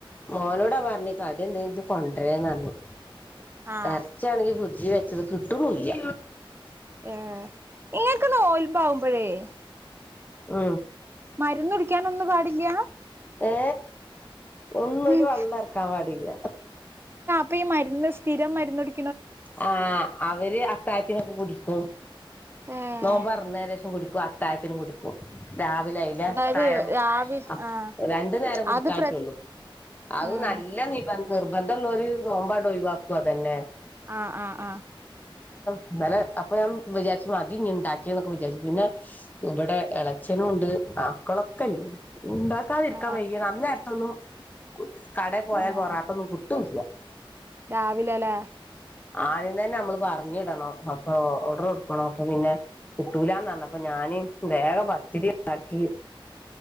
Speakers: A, on the left (about 20°); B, on the right (about 25°).
A: മോനോടാ പറഞ്ഞ് കടിയെന്തെങ്കിലും ജ്ജ് കൊണ്ടരേന്നറഞ്ഞു
B: ആഹ്
A: ഇറച്ചിയാണെങ്കി ഫ്രിഡ്ജ് വെച്ച ത് കിട്ട്ണുല്ല
B: ഏ ഇങ്ങൽക്ക്നോൽമ്പാവുമ്പഴേ ‌
A: ആ
B: മരുന്നുടിക്കാനൊന്നും പാടില്ല്യ
A: ഏ ഒന്നൊരുവള്ളറക്കാൻപാടില്ല
B: ഉം ഇപ്പഈമരുന്ന് സ്ഥിരം മരുന്നുടി
A: ആ അവര് ത്തായത്തിനൊക്കെ കുടിക്കും
B: ഏഹ്
A: നോമ്പൊർന്നേന്റെഷം കുടിക്കും അത്തായത്തിനും കുടിക്കും രാവിലെ അയിലത്തായം
B: അതായത് രാവി
A: അപ്പൊ
B: ആഹ്
A: രണ്ടുനേരം കുടിക്കാ
B: അത് പ്ര
A: റ്റൊള്ളൂ അത
B: ആഹ്
A: നല്ല നിബന്ധ നിർബന്ധള്ളോര് നോമ്പണ്ടൊയ്വാക്കും അതെന്നെ
B: ആ ആ ആ
A: ന്നലെ അപ്പൊഞാൻ വിചാരിച്ചു മതിഞ്ഞ് ണ്ടാക്കിയെന്നൊക്കെ വിചാരിച്ചു പിന്നെ ഇവിടെ ഇളച്ചനുംണ്ട് മക്കളൊക്കെല്ലേ ണ്ടാക്കാതിരിക്കാൻ
B: ആഹ്
A: വയ്യ അന്നേരത്തൊന്നും കടേപോയാ
B: ആഹ്
A: പൊറാട്ടൊന്നുംകുട്ടൂല്ല്യ
B: ആഹ് രാവിലെല്ലേ
A: ആദ്യംതന്നെമ്മള് പറഞ്ഞിടണം അപ്പൊ ഓഡർ കൊടുക്കണം അപ്പൊപിന്നെ കുട്ടൂലാന്നറഞപ്പോ ഞാ ന് വേഗപത്തിരിണ്ടാക്കി